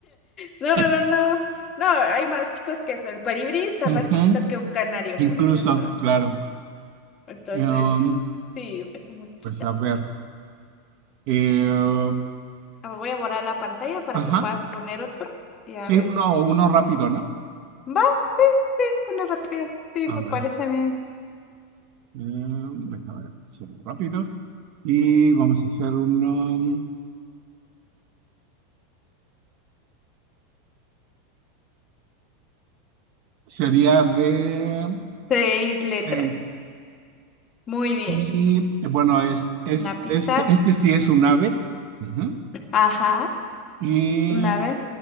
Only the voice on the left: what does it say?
No,
no, no. No, hay más chicos que eso. El colibrí está
más chiquito que un canario,
por ejemplo.
Entonces,
sí, es un mosquito.
Ah, voy a borrar la pantalla para
que puedas poner otro y a
ver.
Va, sí, sí, uno rápido. Sí,
me
parece
bien.
Seis letras.
Muy bien.
Una pista.
Ajá.
Una vez.